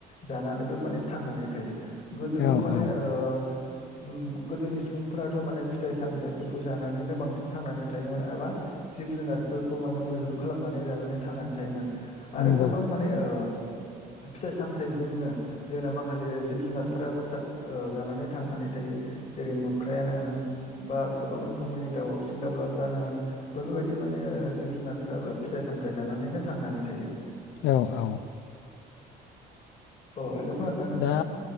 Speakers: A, on the left; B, on the left.
A: जानानैबो माने थांनानै थायो गोदोथ'
B: औ
A: माने
B: औ
A: ओ उम गोदोनि सुबुंफोराथ' माने फिथाइ सामथाइफोरखौ जानानैनो बांसिन थांनानै थायोमोन एबा जिब जुनारफोरखौ माने मैहुर खालामनानै जानानै थांनानै थायोमोन आरो
B: नंगौ
A: गोबां माने ओ फिथाइ सामथायजोंनो जोंना माखासे जिब जुनारफोराबो जानानै थांनानै थायो जेरै मोख्रायानो होन बा गोबां रोखोमनि दावसिन दाउलाफ्रानो होन बेफोरबायदि माने जिब जुनारफ्राबो फिथाइ सामथाय जानानैनो थांनानै थायो।
B: औ औ।
A: अ हेलौ खोनादों ना नोंथां?
B: दा